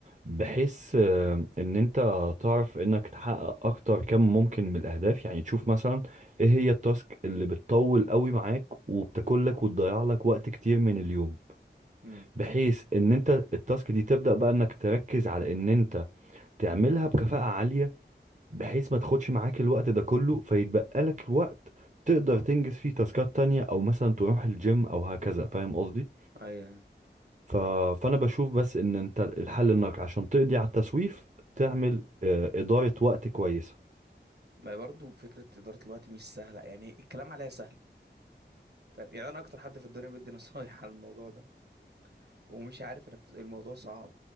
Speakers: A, on the right; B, on the right.
A: بحيث آه، ان انت تعرف انك تحقق اكتر كم ممكن من الاهداف يعني تشوف مثلا ايه هي التاسك اللي بتطول قوي معاك وبتاكل لك وتضيع لك وقت كتير من اليوم
B: امم
A: بحيث ان انت التاسك دي تبدأ بقى انك تركز على ان انت تعملها بكفاءة عالية بحيث ما تاخدش معاك الوقت ده كله فيتبقى لك الوقت تقدر تنجز فيه تاسكات تانية او مثلا تروح الجيم او هكذا فاهم قصدي
B: ايوه
A: ف... فانا بشوف بس ان انت الحل انك عشان تقضي على التسويف تعمل آه، ادارة وقت كويسة
B: ما برضو فكره اداره الوقت مش سهله يعني الكلام عليها سهل فاهم يعني انا اكتر حد في الدنيا بدي نصايح <laughs> على الموضوع ده ومش عارف انفذ الموضوع صعب